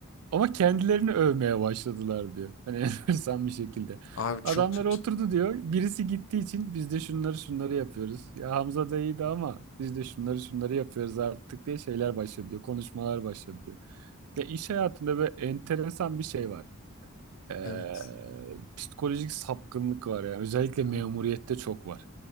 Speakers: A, on the right; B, on the left.
A: Ama kendilerini övmeye başladılar diyor. Hani <laughs> enteresan bir şekilde.
B: Abi çok
A: Adamlar
B: kötü.
A: oturdu diyor. Birisi gittiği için biz de şunları şunları yapıyoruz. Ya Hamza da iyiydi ama biz de şunları şunları yapıyoruz artık diye şeyler başladı diyor. Konuşmalar başladı diyor. Ya iş hayatında böyle enteresan bir şey var. Ee,
B: Evet.
A: psikolojik sapkınlık var ya. Özellikle
B: Abi,
A: memuriyette çok var.